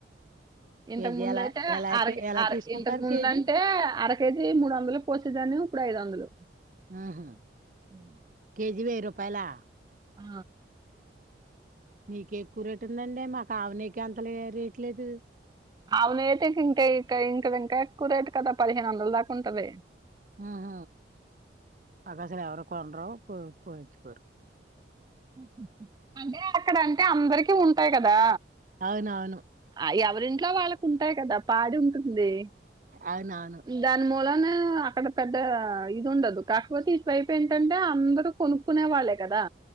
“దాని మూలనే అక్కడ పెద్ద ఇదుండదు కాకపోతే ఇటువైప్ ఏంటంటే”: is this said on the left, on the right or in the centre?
Right